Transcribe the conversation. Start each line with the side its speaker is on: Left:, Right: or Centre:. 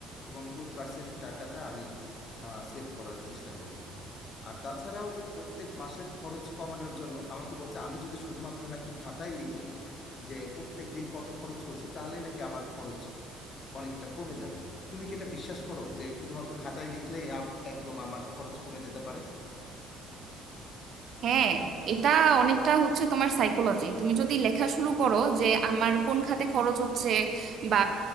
Left: এবং কুড়ি পার্সেন্ট টাকাটা আমি সেভ করার চেষ্টা করব আর তাছাড়াও প্রত্যেক মাসের খরচ কমানোর জন্য আমাকে বলছে আমি যদি শুধুমাত্র নাকি খাতায় লিখি যে প্রত্যেক দিন কত খরচ করছি তাহলেই নাকি আমার খরচ অনেকটা কমে যাবে তুমি কি এটা বিশ্বাস করো যে শুধুমাত্র খাতায় লিখলে একদম আমার খরচ কমে যেতে পারে
Right: হ্যাঁ এটা অনেকটা হচ্ছে তোমার সাইকোলজি তুমি যদি লেখা শুরু করো যে আমার কোন খাতে খরচ হচ্ছে বা